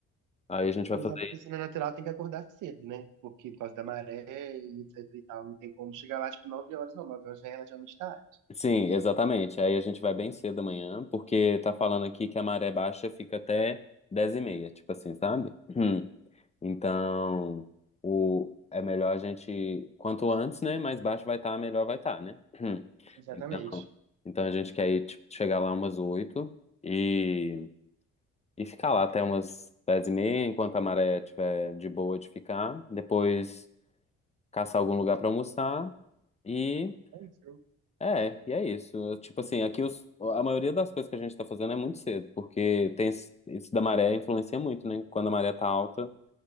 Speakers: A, on the left; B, on the right.
A: Aí a gente vai
B: mas
A: fazer.
B: a piscina natural tem que acordar cedo, né? Porque por causa da maré e etc e tal, não tem como chegar lá tipo nove horas, não. nove horas já é relativamente tarde.
A: Sim, exatamente. Aí a gente vai bem cedo amanhã, porque tá falando aqui que a maré baixa fica até 10 e meia, tipo assim, sabe? Hum. Então, o... é melhor a gente. Quanto antes, né? Mais baixo vai estar, melhor vai estar, né? Hum.
B: Exatamente.
A: Então, então a gente quer ir, tipo, chegar lá umas 8 e, e ficar lá até umas 10 e meia, enquanto a maré tiver de boa de ficar. Depois. caçar algum lugar pra almoçar e
B: É isso.
A: é, e é isso. Tipo assim, aqui os, a maioria das coisas que a gente tá fazendo é muito cedo, porque tem esse- isso da maré influencia muito, né? Quando a maré tá alta,